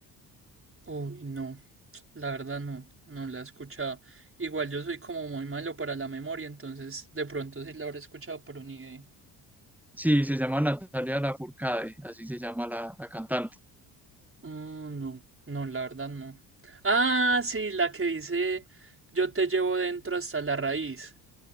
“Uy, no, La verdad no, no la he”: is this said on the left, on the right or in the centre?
Right